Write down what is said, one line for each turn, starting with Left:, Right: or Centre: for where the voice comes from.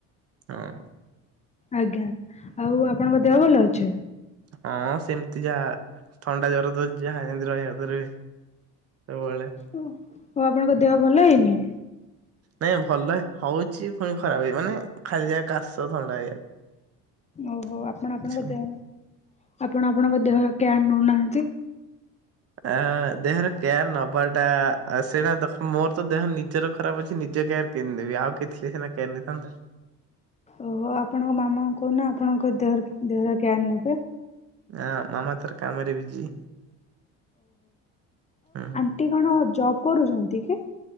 Right: ହଁ।
Left: ଆଜ୍ଞା, ଆଉ ଆପଣଙ୍କ ଦେହ ଭଲ ଅଛି?
Right: ହଁ, ସେମିତି ଯାହା ଥଣ୍ଡା, ଜର ତ ଯାହା ଏମତି ରହିବା କଥା ରହେ ସବୁ ବେଳେ।
Left: ଓ, ହଉ ଆପଣଙ୍କ ଦେହ ଭଲ ହେଇନି?
Right: ନାଇଁ, ଭଲ ହଉଛି, ପୁଣି ଖରାପ ହେଇ, ମାନେ ଖାଲି ଯା କାଶ, ଥଣ୍ଡା ହେଇ
Left: ଓହୋ ଆପଣ ଆପଣଙ୍କ
Right: ନାହିଁ।
Left: ଦେହ ଆପଣ ଆପଣଙ୍କ ଦେହ କ୍ୟାୟାର ନେଉନାହାନ୍ତି।
Right: ଆ ଦେହର କେୟାର ନବାଟା ସେଇଟା ଦେଖ ମୋର ତ ଦେହ ନିଜର ଖରାପ ଅଛି ନିଜ କେୟାର କେମିତ ନେବି ଆଉ କିଏ ଥିଲେ ସିନା କେୟାର ନେଇଥାନ୍ତା।
Left: ଓହୋ ଆପଣଙ୍କ ମାମାଙ୍କୁ କହୁନ ଆପଣଙ୍କ ଦେହ ଦେହର କେୟାର ନେବେ।
Right: ଏଁ ମାମା ତାର କାମରେ ବିଜି ହୁଁ।
Left: ସେଟି କଣ ଜବ୍ କରୁଛନ୍ତି କି।